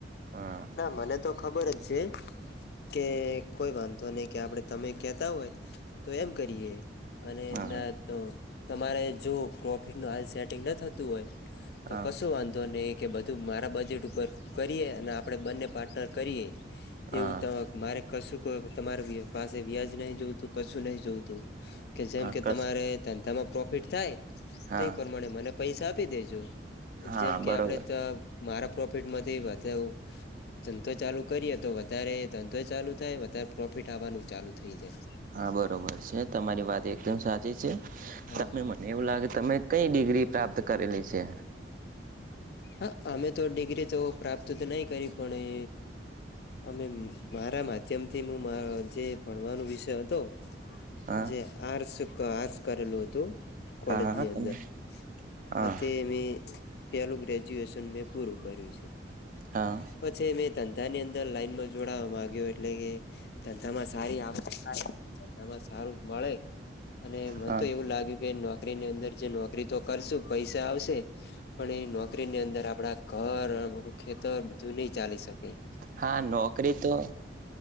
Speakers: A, on the right; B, on the left.
A: હા
B: ના મને તો ખબર જ છે કે કોઈ વાંધો નઈ કે આપડે તમે કેતા હોય તો એમ કરીએ. અને
A: હા
B: ના તો તમારે જો પ્રોફિટનું હાલ સેટિંગ ન થતું હોય તો
A: હા
B: કશું વાંધો ની કે બધું મારા બજેટ ઉપ પર કરીએ અને આપ આપડે બંને પાર્ટનર કરીએ
A: હા
B: એવું
A: હા
B: તમ મારે કશું ક તમાર પાસે વ્યાજ નઈ જોતું. કશું નઈ જોતું. કે જેમ
A: હા
B: કે
A: કશ
B: તમારે ધંધામાં પ્રો ફીટ થાય
A: હા
B: તે પ્રમાણે મને પૈસા પી દેજો.
A: હા
B: જેમ કે
A: બરોબર
B: આપડે ત મારા પ પ્રોફિટમાંથી વધેવુ. ધંધો ચાલુ કરીયે તો વધારે ધંધો ચાલુ થાય. વધાર પ્રોફિટ આવનુ ચાલુ થઈ જાય.
A: હા બરોબર છે. તમારી વાત એકદમ સા જે છે.
B: હા
A: તમે
B: હા
A: મને એવું લાગે તમે કઈ ડિગ્રી પ્રાપ્ત કરેલી છે
B: હા, હઅ અમે તો ડિગ્રી તો પ્રાપ્ત તો નઈ કરી. પણ એ અમે મારા માધ્યમથી મુ મ જે ભણવાનો વિષય હતો
A: હા
B: જે આર સૂ કાશ કરેલું હતું. કોલેજની
A: હા હા તમે
B: અંદર
A: હા
B: અ તે મે પેલું ગ્રેજ્યુએશન મેં પૂરું કર્યું છે.
A: હા
B: પછી મેં તન બધાની અંદર લાઈનમાં જોડાવા માગ્યો એટલે કે ધંધામાં સારી આવક થાય. ધંધામાં સારું મળે અને મ
A: હા
B: તો એવું લાગ્યું કે કરીની અંદર જે નોકરી તો કરશું. તો પૈસા આવશે પણ એ નોકરી ની અંદર આપ એકજશ કરી શકી સ, આ ઘર અને ખેતર આ બધું નઈ ચલાવી શકાય,
A: હા નોકરી તો